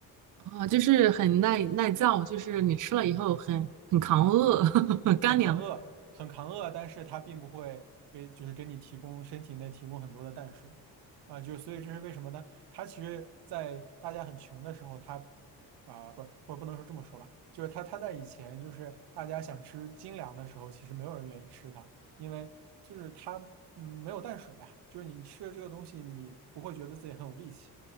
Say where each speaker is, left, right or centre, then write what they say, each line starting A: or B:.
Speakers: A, on the right; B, on the right.
A: 啊。
B: 啊，就是很耐耐造，就是你吃了以后很很扛饿，<laughs> 干粮。
A: 很扛饿，很扛饿，但是它并不会给，就是给你提供身体内提供很多的淡水，啊，就所以这是为什么呢？它其实，在大家很穷的时候，它啊，不是，或者不能说这么说吧，就是它它在以前，就是大家想吃精粮的时候，其实没有人愿意吃它，因为就是它嗯没有淡水啊，就是你吃了这个东西，你不会觉得自己很有力气